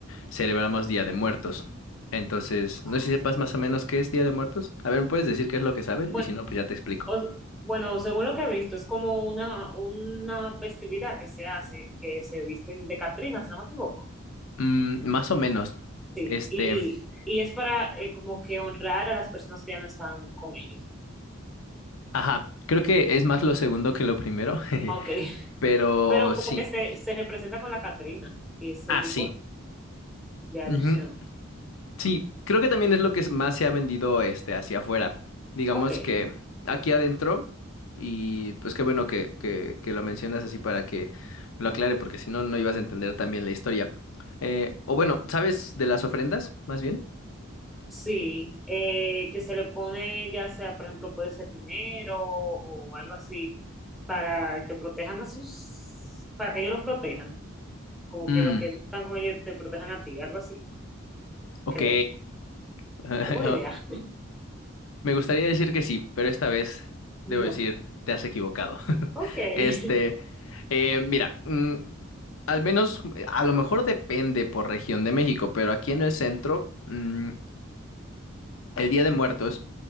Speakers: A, on the left; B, in the centre.
A: celebramos
B: Sí.
A: Día de Muertos. Entonces,
B: Ah,
A: no sé si sepas más o menos qué es Día de Muertos. A ver, ¿me puedes decir qué es lo que sabes?
B: Bueno,
A: Y si no, pues ya te explico.
B: o- bueno, según lo que he visto, es como una, una festividad que se hace, que se visten de Catrinas, si no me equivoco.
A: Mm, más o menos,
B: Sí,
A: este...
B: y, y es para eh, como que honrar a las personas que ya no están con ellos.
A: Ajá, creo que es más lo segundo que lo primero, <laughs>
B: Ok, <laughs>
A: pero
B: pero como
A: sí,
B: que se, se representa con la Catrina y ese
A: ah,
B: tipo
A: sí.
B: de alusión.
A: Ujú. Sí, creo que también es lo que es- más se ha vendido este hacia afuera. Digamos
B: Ok,
A: que aquí adentro, y pues qué bueno que, que, que lo mencionas así para que lo aclare, porque si no, no ibas a entender también la historia. Eh, o bueno, ¿sabes de las ofrendas, más bien?
B: sí, eh, que se le pone ya sea, por ejemplo, puede ser dinero o algo así, para que protejan a sus, para que ellos los protejan. Como
A: Mm,
B: que los que están con ellos te protejan a ti, algo así,
A: ok.
B: creo.
A: <laughs>
B: Tengo una idea.
A: Me gustaría decir que sí, pero esta vez debo
B: No.
A: decir, te has equivocado. <laughs>
B: Ok. <laughs>
A: Este, eh, mira, mm, al menos, a lo mejor depende por región de México, pero aquí en el centro, mm, el Día de Muertos,